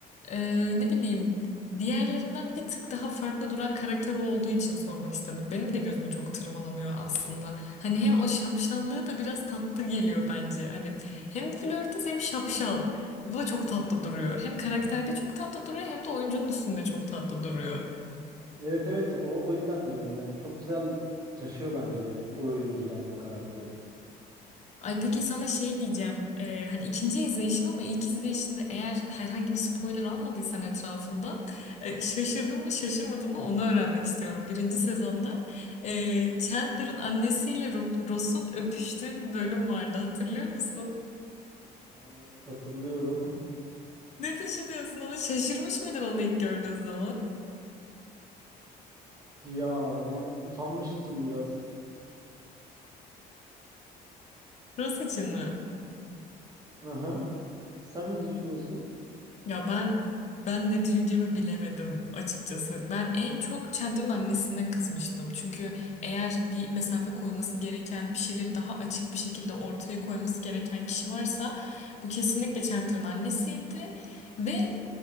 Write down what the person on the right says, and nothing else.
Evet evet o, o yüzden diyorum yani çok güzel taşıyor bence o oyuncu yani o karakteri.
Aa, evet hatırlıyorum. <laughs>
Ya ben utanmıştım biraz.
Aha. Sen ne düşünüyorsun?